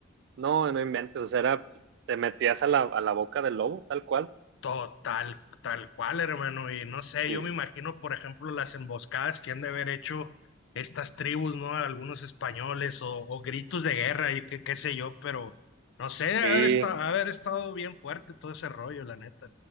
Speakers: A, on the right (about 60°); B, on the left (about 65°).
A: no, no inventes, o sea, era, te metías a la, a la boca del lobo, tal cual.
B: Total, tal cual, hermano. Y no sé,
A: Sí.
B: yo me imagino, por ejemplo, las emboscadas que han de haber hecho estas tribus, ¿no? Algunos españoles o, o gritos de guerra y qué, qué sé yo, pero no sé, debe
A: Sí,
B: haber estado, haber estado bien fuerte todo ese rollo, la neta.